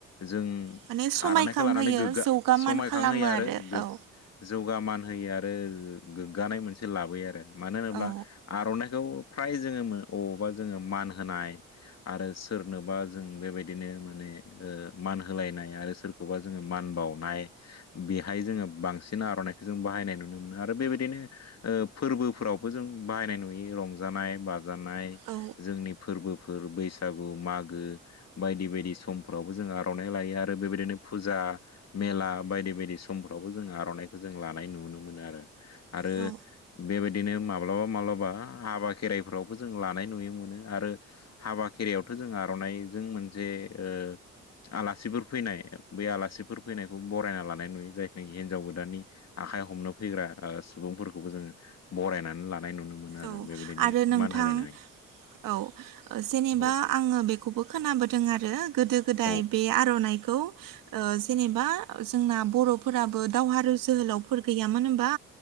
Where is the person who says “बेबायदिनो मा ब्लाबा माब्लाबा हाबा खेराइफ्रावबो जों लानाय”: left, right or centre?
Left